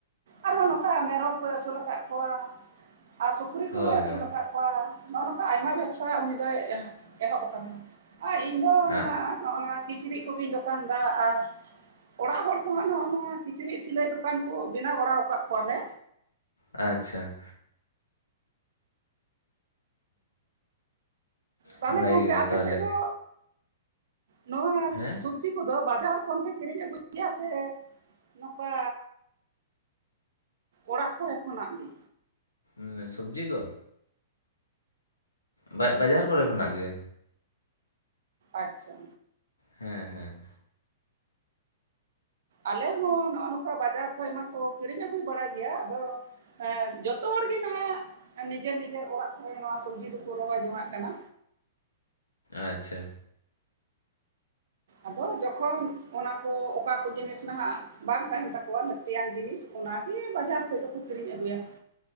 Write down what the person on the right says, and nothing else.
ᱟᱨᱦᱚᱸ ᱱᱚᱠᱟ ᱢᱮᱨᱚᱢ ᱠᱚ ᱟᱹᱥᱩᱞ ᱟᱠᱟᱜ ᱠᱚᱣᱟ ᱟᱨ ᱥᱩᱠᱨᱤ ᱠᱚᱦᱚᱸᱭ
ᱟᱹᱥᱩᱞ
ᱟᱠᱟᱫ ᱠᱚᱣᱟ ᱱᱚᱜᱼᱚ ᱱᱚᱝᱠᱟ ᱟᱭᱢᱟ ᱵᱮᱵᱥᱟ ᱩᱱᱤ ᱫᱚᱭ ᱮᱦᱚᱵ ᱟᱠᱟᱫᱟ ᱟᱨ ᱤᱧᱫᱚ ᱱᱟᱦᱟᱜ
ᱱᱚᱜᱼᱚ ᱱᱚᱣᱟ ᱠᱤᱪᱨᱤᱪ ᱠᱚᱜᱮᱧ ᱫᱚᱠᱟᱱ ᱫᱟ ᱟᱨ ᱚᱲᱟᱜ ᱦᱚᱲ ᱠᱚᱦᱚᱸ ᱱᱚᱜ ᱱᱚᱣᱟ ᱠᱤᱪᱨᱤᱡ ᱥᱤᱞᱟᱹᱭ ᱫᱚᱠᱟᱱ ᱠᱚ ᱵᱮᱱᱟᱣ ᱵᱟᱲᱟ ᱟᱠᱟᱫ ᱠᱚᱣᱟᱞᱮ
ᱛᱟᱦᱚᱞᱮ
ᱜᱚᱝᱠᱮ
ᱟᱯᱮ
ᱥᱮᱫ ᱫᱚ ᱱᱚᱣᱟ
ᱥᱚᱵᱡᱤ ᱠᱚᱫᱚ ᱵᱟᱡᱟᱨ ᱠᱷᱚᱱ ᱯᱮ ᱠᱤᱨᱤᱧ ᱟᱹᱜᱩᱭ ᱜᱮᱭᱟ ᱥᱮ ᱱᱚᱠᱟ ᱚᱲᱟᱜ ᱠᱚᱨᱮ ᱠᱷᱚᱱᱟᱜ ᱜᱮ
ᱟᱪᱪᱷᱟ
ᱟᱞᱮ ᱦᱚᱸ ᱱᱚᱜᱼᱚ ᱱᱚᱠᱟ ᱵᱟᱡᱟᱨ ᱠᱷᱚᱡ ᱢᱟᱠᱚ ᱠᱤᱨᱤᱧ ᱟᱹᱜᱩ ᱵᱟᱲᱟᱭ ᱜᱮᱭᱟ ᱟᱫᱚ ᱡᱚᱛᱚ ᱦᱚᱲᱜᱮ ᱱᱟᱦᱟᱜ ᱱᱤᱡᱮᱨ ᱱᱤᱡᱮᱨ ᱚᱲᱟᱜ ᱠᱚᱨᱮ ᱱᱚᱣᱟ ᱥᱚᱵᱡᱤ ᱫᱚᱠᱚ ᱨᱚᱦᱚᱭ ᱡᱚᱱᱟᱜ ᱠᱟᱱᱟ
ᱟᱫᱚ ᱡᱚᱠᱷᱚᱱ ᱚᱱᱟᱠᱚ ᱚᱠᱟ ᱠᱚ ᱡᱤᱱᱤᱥ ᱱᱟᱦᱟᱜ ᱵᱟᱝ ᱛᱟᱦᱮᱱ ᱛᱟᱠᱚᱣᱟ ᱞᱟᱹᱠᱛᱤᱭᱟᱱ ᱡᱤᱱᱤᱥ ᱚᱱᱟᱜᱮ ᱵᱟᱡᱟᱨ ᱠᱷᱚᱡ ᱫᱚᱠᱚ ᱠᱤᱨᱤᱧ ᱟᱹᱜᱩᱭᱟ